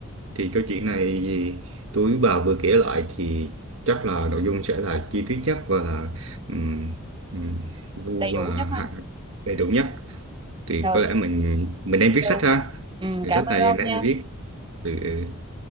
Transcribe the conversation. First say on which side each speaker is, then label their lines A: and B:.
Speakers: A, on the right (about 65°); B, on the right (about 20°).
A: Thì câu chuyện này gì tôi bà vừa kể lại thì chắc là nội dung sẽ là chi tiết nhất và là um, um, vu
B: Đầy đủ
A: và
B: nhất ha.
A: hạ đầy đủ nhất thì
B: Rồi,
A: có lẽ mình mình đang viết
B: ờ,
A: sách ha
B: ừ,
A: thì
B: cảm
A: sách
B: ơn
A: này
B: ông
A: đang
B: nha.
A: viết ừ.